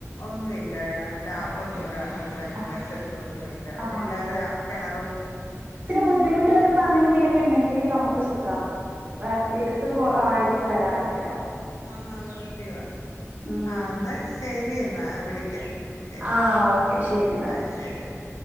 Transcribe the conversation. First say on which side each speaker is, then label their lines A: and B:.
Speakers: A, on the left; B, on the right.
A: ഒന്നുമി ല്ല ടാപ്പ്
B: ആ ഓക്കെ
A: ഒന്നും ഇവിടെ ഇവിടെും
B: ഓക്കെ
A: പരിസരത്തൊന്നും ഇല്ല പിന്നെ
B: ആ
A: എല്ലാവരും കിണറും
B: ബുദ്ദിമുട്ട് വരുമ്പോ അങ്ങനെ ഉണ്ടെങ്കിൽ നമുക്ക് സുഖം എടുത്ത എടു എത്ത വരാനക്കെ
A: ആഹ നന്ന് സത്യവാ
B: ഉം
A: ആ എന്നാ ശരി എന്നാ വിളിക്കാം ശരി
B: ആ ഓക്കേ ശരി എന്നാൽ
A: ആ ശരി എന്നാ